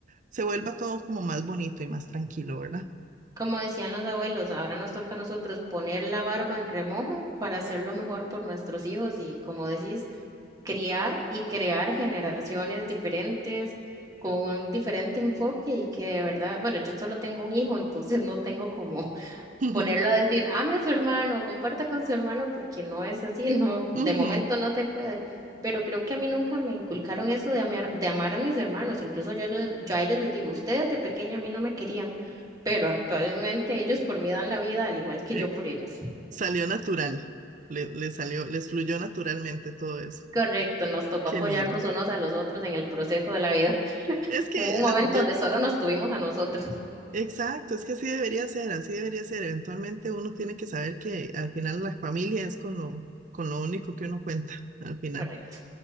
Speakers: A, on the right; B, on the right.
A: se vuelva todo como más bonito y más tranquilo, ¿verdad?
B: Como decían los abuelos, ahora nos toca a nosotros poner la barba en remojo para hacerlo mejor por nuestros hijos y, como decís, criar y crear generaciones diferentes con un diferente enfoque y que de verdad, bueno, yo solo tengo un hijo, entonces no tengo como
A: <laughs>
B: ponerlo a decir, ame a su hermano, comparta con su hermano, porque no es así, <laughs> no, de
A: Ujú.
B: momento no se puede. Pero creo que a mí nunca me inculcaron eso de amar, de amar a mis hermanos. Incluso yo, le- yo a ellos les digo, ustedes de pequeña a mí no me querían, pero actualmente ellos por mí dan la vida, al igual que
A: Eh,
B: yo por ellos. <laughs>
A: salió natural, le, le salió, les fluyó naturalmente todo eso.
B: Correcto, nos tocó
A: Qué
B: apoyarnos
A: lindo.
B: unos a los otros en el proceso de la vida. <laughs>
A: Es que
B: Hubo un momento
A: as- yo
B: donde solo nos tuvimos a nosotros. <laughs>
A: Exacto, es que así debería ser, así debería ser. Eventualmente uno tiene que saber que al final la familia es con lo, con lo único que uno cuenta al final.
B: Correcto.